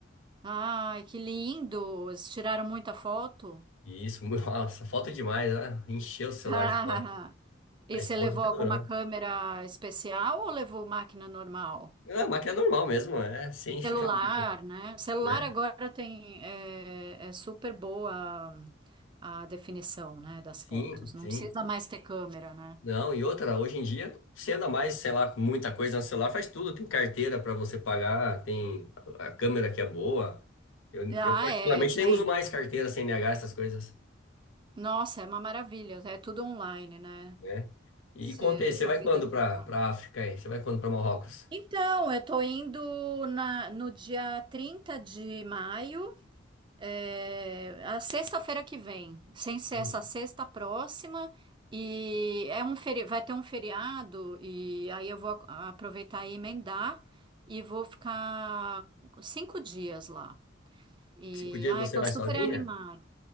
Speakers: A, on the right; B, on the left.
A: Ai, que lindo! Eles tiraram muita foto.
B: E Isso, mu- <laughs> nossa, foto demais, né? Encheu
A: <laughs>
B: o celular
A: Ah,
B: de foto.
A: e
B: A esposa
A: você levou
B: que
A: alguma
B: adorou.
A: câmera especial ou levou máquina normal?
B: Ah, mas que é normal mesmo, é, sem ficar
A: Celular,
B: muito,
A: né? Celular
B: né?
A: agora tem é, é super boa a definição, né, das
B: Sim,
A: fotos.
B: sim.
A: Não precisa mais ter câmera, né?
B: Não, e outra, hoje em dia não anda mais, sei lá, com muita coisa no celular, faz tudo, tem carteira para você pagar, tem a a câmera que é boa. Eu,
A: Ah,
B: eu particularmente
A: é, gente.
B: nem uso mais carteira, CNH, essas coisas,
A: Nossa, é uma maravilha. É tudo online, né?
B: né? E
A: Se-
B: conta
A: essa
B: você vai
A: vida
B: quando
A: digital.
B: para para África aí? Você vai quando para Marrocos?
A: Então, eu tô indo na, no dia 30 de maio, é, a sexta-feira que vem, sem ser
B: Ia.
A: essa sexta próxima, e é um feri vai ter um feriado, e aí eu vou a- aproveitar e emendar, e vou ficar cinco dias lá. E,
B: Cinco dias
A: ai,
B: você
A: tô
B: vai
A: super
B: sozinha?
A: animada.